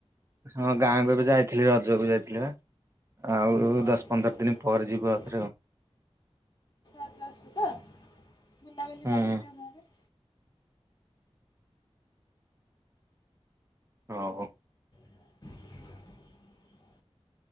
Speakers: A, on the right (about 25°); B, on the left (about 40°).
A: ହଁ ଗାଁକୁ ଏବେ ଯାଇଥିଲି ରଜକୁ ଯାଇଥିଲି ବା। ଆଉ
B: ଓହୋ
A: ଦଶ ପନ୍ଦର ଦିନ ପରେ ଯିବୁ ଆଉଥରେ
B: ଆସ ଆସଛୁ ତ- ବୁଲା ବୁଲି
A: ଆଉ।
B: କରିଛ ଘରେ
A: ହଉ।
B: <inaudible>